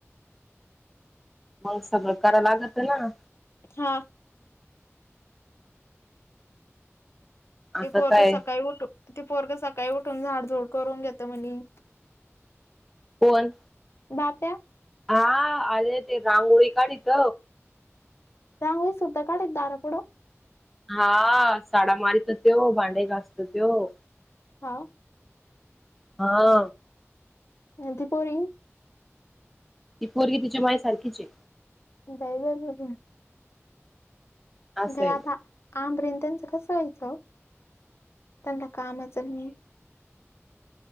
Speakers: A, in the centre; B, on the left (about 60°).
A: मग सगळं कराव लागत ना.
B: हां.
A: आता
B: ते पोरग
A: काय
B: सकाळी उठून ते पोरग सकाळी उठून झाड झोड करून घेत म्हणे
A: कोण?
B: बाप्या.
A: हा आले ते रांगोळी काढीत
B: रांगोळी सुद्धा काढत दारा पुडं
A: हा साडा मारीत तो भांडे घासतो त्यो.
B: हा.
A: हा...
B: <unintelligible>
A: ती पोरगी तिची माय सारखीच हाय.
B: <unintelligible>
A: असंय
B: घ आता आब रिन त्यांचं कसं यायचं त्यांना कामच नाही.